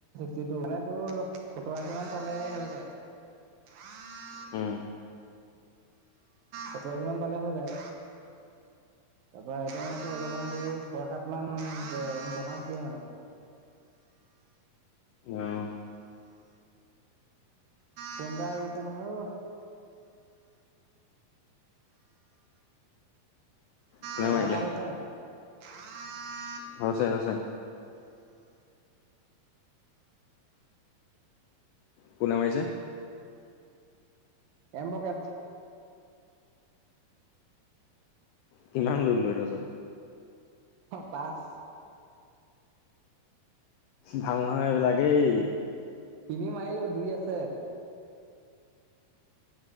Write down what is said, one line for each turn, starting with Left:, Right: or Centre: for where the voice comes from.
Right: যিটো মানে তোৰ শতো আশি মন পালে হৈ যায় অ
Left: উম
Right: সতৰাশী মান ভালে হৈ যায় তাৰপ মান অলপমান ছয় সাত মান বনছ দিয়ে মানে
Left: আহ
Right: ফোনতা আহি গৈছে নহয়
Left: কোনে
Right: বেমাৰ
Left: মাৰিলে
Right: ভাল আছে ন আহ
Left: হ হৈছে হৈছে ক নমাইছে
Right: এবকাত
Left: কিমান লুল লৈ থছ
Right: পাঁচ
Left: ভাল নহয় এইবিলাক দেই
Right: তিনি মাইলো দুই আছে